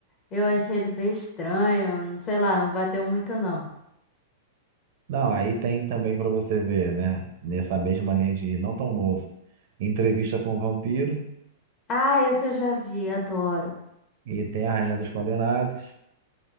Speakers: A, on the left; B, on the right.
A: Eu achei ele bem estranho, não sei lá, não bateu muito não.
B: Não, aí tem também pra você ver, né? Nessa mesma linha de não tão novo. Entrevista com o Vampiro
A: Ah, esse eu já vi, adoro.
B: e tem a Rainha dos Condenados.